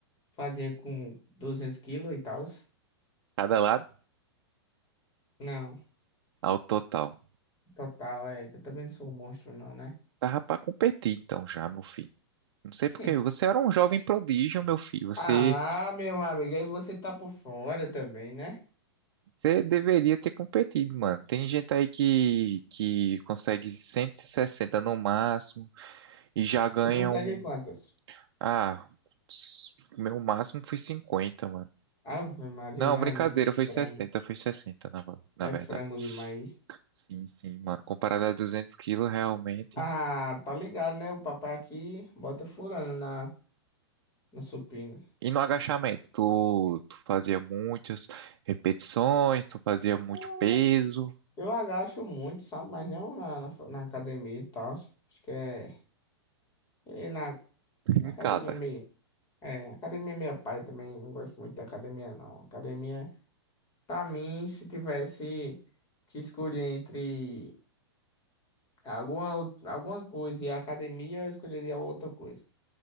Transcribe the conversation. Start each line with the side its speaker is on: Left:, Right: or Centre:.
Left: fazia com 200 quilos e tal.
Right: cada lado
Left: Não,
Right: ao total.
Left: total, é que eu também não sou um monstro, não, né?
Right: Tava pra competir então já, meu filho. Não sei porque
Left: <laughs>
Right: você era um jovem prodígio, meu filho. Você,
Left: Ah, meu amigo, aí você tá por fora também, né?
Right: você deveria ter competido, mano. Tem gente aí que, que consegue 160 no máximo e já ganha
Left: Tu consegue
Right: um.
Left: quantas?
Right: Ah, s- o meu máximo foi cinquenta mano.
Left: Ave Maria,
Right: Não,
Left: mas
Right: brincadeira,
Left: é muito
Right: foi
Left: frango.
Right: 60, foi 60, na, va- na
Left: É
Right: verdade.
Left: frango demais.
Right: Sim, sim, mano. Comparado a 200 quilos, realmente.
Left: Ah, tá ligado, né? O papai aqui bota furando na, na supina.
Right: E no agachamento, tu, tu fazia muitas repetições, tu fazia muito
Left: Eu
Right: peso
Left: eu agacho muito, sabe? Mas não na, na, fa- na academia e tal. Acho que é. E na
Right: em
Left: academia
Right: casa.
Left: meio. É, academia é meio pai também. Não gosto muito de academia, não. Academia, pra mim, se tivesse que escolher entre alguma, out- alguma coisa e a academia, eu escolheria outra coisa.